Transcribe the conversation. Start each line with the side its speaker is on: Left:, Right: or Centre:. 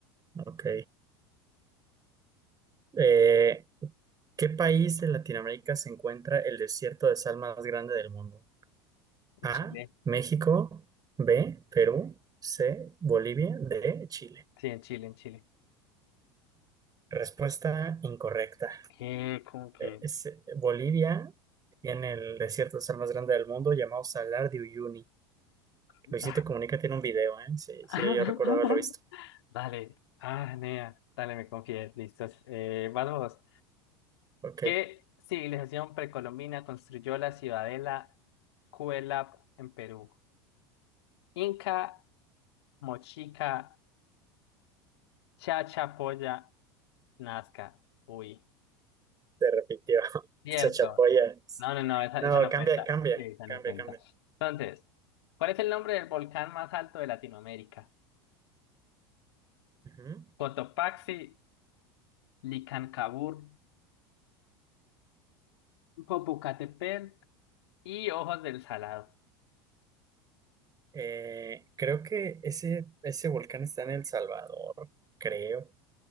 Right: Ok. Eh, ¿qué país de Latinoamérica se encuentra el desierto de sal más grande del mundo? A,
Left: En Chile.
Right: México, B, Perú, C, Bolivia, D, Chile.
Left: Sí, en Chile, en Chile.
Right: Respuesta incorrecta.
Left: ¿Qué? ¿Cómo que?
Right: Es- eh, Bolivia tiene el desierto de sal más grande del mundo llamado Salar de Uyuni.
Left: Da.
Right: Luisito Comunica tiene un video, ¿eh? Sí,
Left: <laughs>
Right: sí, yo recuerdo haberlo visto.
Left: Dale, ah, nea, dale, me confié, listos. Eh, vas vos.
Right: Ok,
Left: ¿Qué civilización precolombina construyó la ciudadela Cuelap en Perú? Inca, Mochica, Chachapoya, Nazca. Uy,
Right: se repitió. <laughs>
Left: cierto.
Right: Chachapoyas.
Left: No, no, no, esa,
Right: No,
Left: esa no
Right: cambia,
Left: cuenta.
Right: cambia,
Left: Sí, esa
Right: cambia,
Left: no cuenta.
Right: cambia.
Left: Entonces, ¿cuál es el nombre del volcán más alto de Latinoamérica?
Right: Ujú.
Left: Cotopaxi, Licancabur, Popocatépetl y Ojos del Salado.
Right: Eh, creo que ese, ese volcán está en El Salvador, creo.